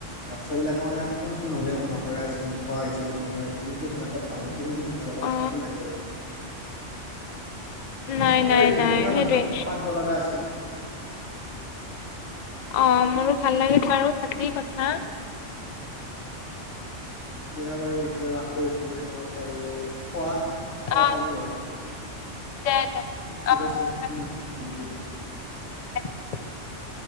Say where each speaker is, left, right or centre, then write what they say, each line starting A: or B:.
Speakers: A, on the left; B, on the left.
A: বাচ্ছা বিলাকে মানে ফোন চোন হলে একো নকৰা হৈছে নোখোৱা হৈছে একো নকৰা হৈছে কিন্তু সিহঁতৰ ভাল বস্তু শিব লগা আছে
B: অ
A: সেইটো নাই বাৰু
B: নাই
A: তাকে
B: নাই
A: আৰু এইখিনি
B: নাই
A: কথাই
B: সেইটোৱে
A: পাতিব পাতবো লগা আছিল
B: অ মোৰো ভাল লাগিছে আৰু <unintelligible> কথা
A: দিয়া বাৰু এতিয়া ৰাখো এইখিনি বাৰু খোৱা খোৱা
B: অ
A: টাইমে হ'ল
B: দে দে
A: ঠিক
B: অ
A: আছে
B: অ
A: উ
B: তাকে
A: উ গুড নাইট গুড নাইট
B: <inaudible>